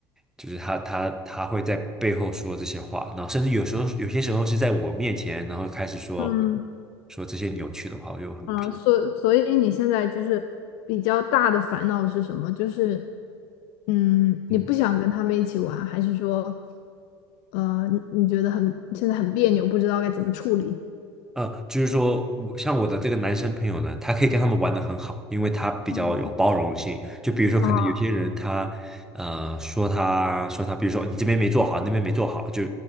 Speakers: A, in the centre; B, on the left.
A: 就是他他他会在背后说这些话，然后甚至有时候有些时候是在我面前，然后开始说
B: 嗯。
A: 说这些扭曲的话，我就很不，
B: 啊，所所以你现在就是比较大的烦恼是什么？就是，嗯，你不想跟他们一起玩，
A: 嗯。
B: 还是说，呃，你你觉得很现在很别扭，不知道该怎么处理？
A: 呃，就是说我像我的这个男生朋友呢，他可以跟他们玩的很好，因为他比较有包容性。
B: 嗯
A: 就比如说，可能有些人他，
B: 嗯
A: 呃，说他说他，比如说你这边没做好，那边没做好，就